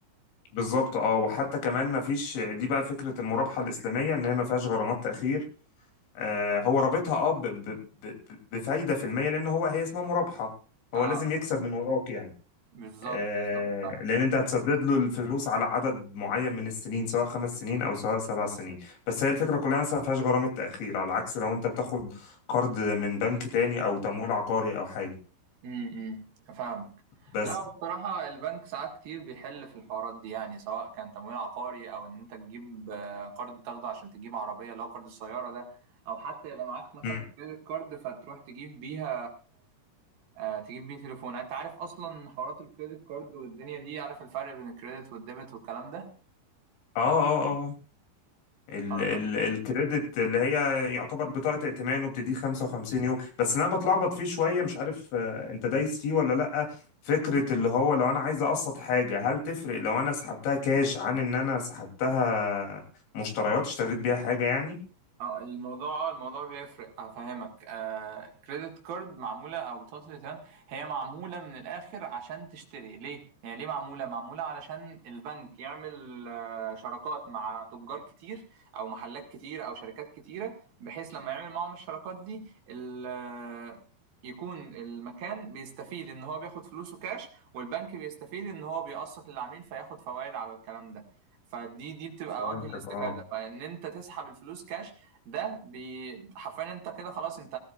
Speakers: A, on the left; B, on the right.
A: بالظبط اه وحتى كمان ما فيش دي بقى فكره المرابحه الاسلاميه ان هي ما فيهاش غرامات تاخير آه هو رابطها اه ب- ب- ب- بفايده في الميه لان هو هي اسمها مرابحه
B: اه
A: هو لازم يكسب من وراك يعني
B: بالظبط
A: آه
B: بالظبط فاهم
A: لان انت هتسدد له الفلوس على عدد معين من السنين سواء خمس سنين او سواء سبع سنين بس هي الفكره كلها مثلا ما فيهاش غرامه تاخير على عكس لو انت بتاخد قرض من بنك تاني او تمويل عقاري او حاجه
B: امم فاهمك
A: بس
B: لا بصراحة البنك ساعات كتير بيحل في الحوارات دي يعني سواء كان تمويل عقاري أو إن أنت تجيب آه، قرض تاخده عشان تجيب عربية اللي هو قرض السيارة ده أو حتى يبقى معاك مثلا
A: مم.
B: كريدت كارد فتروح تجيب بيها آه، تجيب بيه تليفون يعني انت عارف اصلا حوارات الكريدت كارد والدنيا دي عارف الفرق بين الكريدت والديبت والكلام ده
A: اه اه آه، آه. ال
B: خلاص
A: ال الكريدت اللي هي يعتبر بطاقة ائتمان وبتديه 55 يوم بس انا بتلخبط فيه شوية مش عارف آه، انت دايس فيه ولا لأ فكرة اللي هو لو انا عايز اقسط حاجة هل تفرق لو انا سحبتها كاش عن ان انا سحبتها مشتريات اشتريت بيها حاجة يعني
B: اه الموضوع اه الموضوع بيفرق افهمك آه كريدت كارد معموله او بطاقه الائتمان هي معموله من الاخر عشان تشتري ليه هي ليه معموله معموله علشان البنك يعمل آه شراكات مع تجار كتير او محلات كتير او شركات كتيره بحيث لما يعمل معاهم الشراكات دي ال- آه، يكون المكان بيستفيد ان هو بياخد فلوسه كاش والبنك بيستفيد ان هو بيقسط للعميل فياخد فوائد على الكلام ده فدي دي بتبقى
A: فهمتك
B: وجه الاستفاده
A: اه
B: فان انت تسحب الفلوس كاش ده بي... حرفيا انت كده خلاص انت